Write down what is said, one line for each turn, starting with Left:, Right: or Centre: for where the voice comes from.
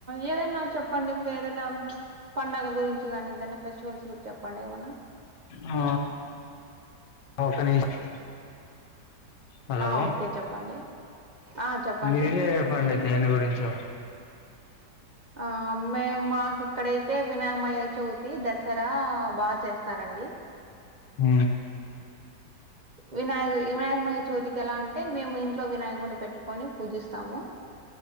Right: ఏదన్నా చెప్పండి ఏదన్నా ప్చ్ పండగల గురించి కాగానీ ఏదైనా ఫెస్టివల్స్ గురించి చెప్పండి ఏమన్నా
Left: ఆ ఒక నిష్ హలో
Right: ఆ ఓకే చెప్పండి ఆ చెప్పండి
Left: మీరే చెప్పండి దేని గురించో
Right: ఆ మేము మాకు ఇక్కడైతే వినామయ చవితి దసరా బాగా చేస్తారండి
Left: ఊ
Right: వినాయక వినాయకమయ చవితికి ఎలా అంటే మేము ఇంట్లో వినాయకుడిని పెట్టుకొని పూజిస్తాము